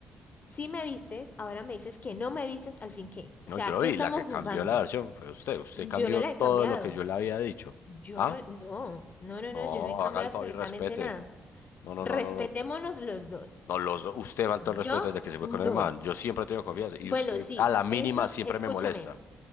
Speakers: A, on the left; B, on the left.
A: sí me vistes, ahora me dices que no me vistes, al fin qué. O
B: No,
A: sea,
B: yo lo
A: ¿qué
B: vi,
A: estamos
B: la que
A: jugando?
B: cambió la versión fue usted. Usted
A: Yo
B: cambió
A: no la he
B: todo
A: cambiado.
B: lo que yo le había dicho.
A: Yo
B: ¿Ah?
A: no, no, no, no, no,
B: No,
A: yo no he cambiado
B: haga el
A: absolutamente
B: favor y respete.
A: nada.
B: No, no,
A: Respetémonos
B: no, no, no.
A: los dos.
B: No, los, do- usted faltó el respeto
A: Yo
B: desde que se fue
A: no.
B: con el man. Yo siempre he tenido confianza. Y
A: Bueno,
B: usted,
A: sí,
B: a la mínima,
A: eso,
B: siempre
A: escúchame.
B: me molesta.